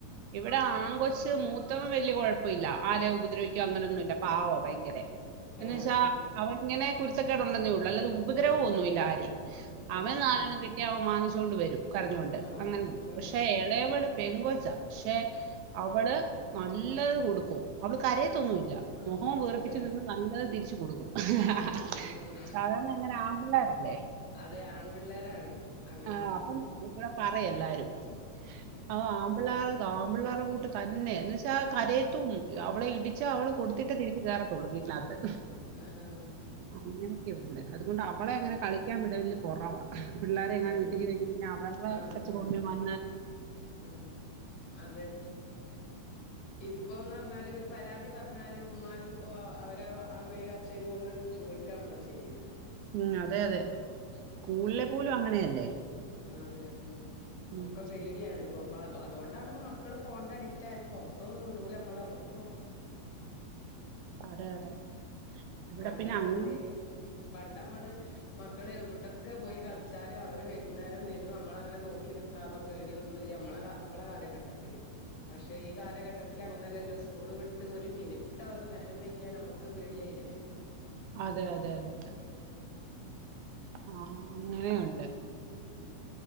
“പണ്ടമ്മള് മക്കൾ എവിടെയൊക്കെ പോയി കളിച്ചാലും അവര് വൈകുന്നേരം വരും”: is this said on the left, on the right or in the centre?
Left